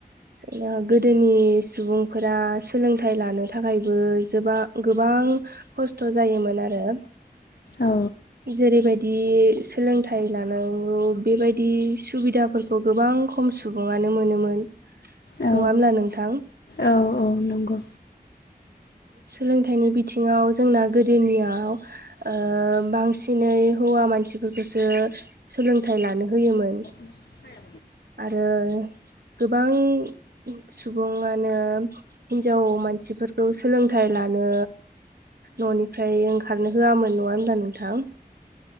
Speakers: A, on the right; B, on the left.
A: जोंनिया गोदोनि सुबुंफोरा सोलोंथाइ लानो थाखायबो जोबां गोबां -बां खस्थ' जायोमोन आरो
B: औ
A: जेरै बाय -दि सोलोंथाइ लानांगौ बेबायदि सुबिदाफोरखौ गोबां खम सुबुङानो मोनोमोन। नङा
B: औ
A: होनब्ला नोंथां?
B: औ नंगौ
A: सोलोंथाइनि बिथिङाव जोंना गोदोनियाव ओ बांसिनै हौवा मानसिफोरखौसो सोलोंथाइ लानो होयोमोन।
B: <inaudible>
A: आरो गोबां सुबुङानो हिनजाव मानसिफोर सोलोंथाइ लानो न'निफ्राय ओंखारनो होआमोन। नङा होमबा नोंथां?